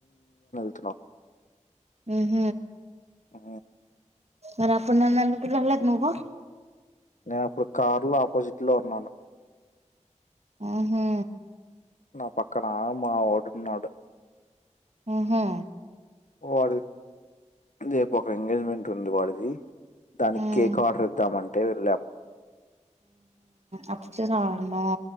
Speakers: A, on the left; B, on the right.
A: పత్తన్నా
B: ఉహ
A: ఆ
B: అర న నక రల నుకుో
A: నేనప్పుడు కార్ లో ఆపోజిట్ లో ఉన్నాను
B: ఆహా
A: నా పక్కనమ్ మా డున్నాడు
B: ఆహా
A: వాడి రేపు ఒక ఎంగేజ్మెంట్ ఉంది వాడిది దానికి
B: ఉమ్
A: కేక్ ఆర్డర్ ఇద్దామండి ట్టేవలం
B: అప్పుతేే సమాడన